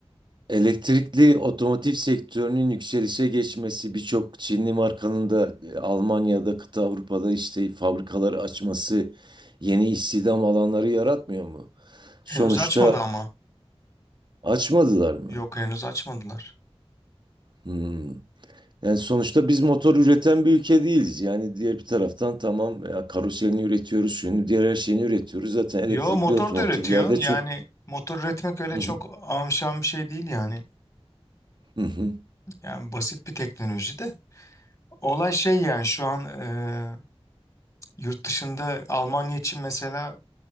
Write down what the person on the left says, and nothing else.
henüz
açmadı ama.
Yok henüz açmadılar.
Yo motor
da üretiyor yani
motor üretmek öyle
çok
amşan bir şey değil yani.
Yani basit bir teknoloji de. Olay şey yani şu an e, yurt dışında Almanya için mesela